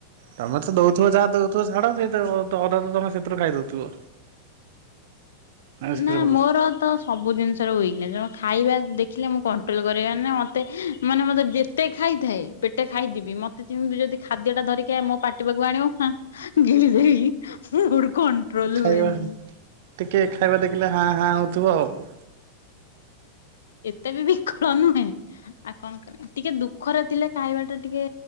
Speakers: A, on the right; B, on the left.
A: ତମେ ତ ଦଉଥିବ ଯାହା ଦଉଥିବ ଛାଡ଼ ସେ ତାର ତ ଅଧା ତମେ ସେଥିରୁ ଖାଇଦଉଥିବ। ଆଇସ୍କ୍ରିମରୁ।
B: ନା ମୋର ତ ସବୁ ଜିନିଷର ୱିକନେସ ଖାଇବା ଦେଖିଲେ ମୁଁ କଣ ଟ୍ରୋଲ କରିପାରେନି ମତେ ମାନେ ମତେ ଯେତେ ଖାଇଥାଏ ପେଟେ ଖାଇଦେବି ମତେ କିନ୍ତୁ ଯଦି ଖାଦ୍ୟ ଟା ଧରିକି ମୋ ପାଟି ପାଖକୁ ଆଣିବ ନା ଗିଳି ଦେବି। ମୋର କଣ୍ଟ୍ରୋଲ
A: ଖାଇବା
B: ହୁଏନି।
A: ଟିକେ ଖାଇବା ଦେଖିଲେ ହାଁ ହାଁ ହଉଥିବ ଆଉ।
B: ଏତେ ବି ବିକଳ ନୁହେଁ ଆଉ କଣ କରି ଟିକେ ଦୁଃଖରେ ଥିଲେ ଖାଇବା ଟା ଟିକେ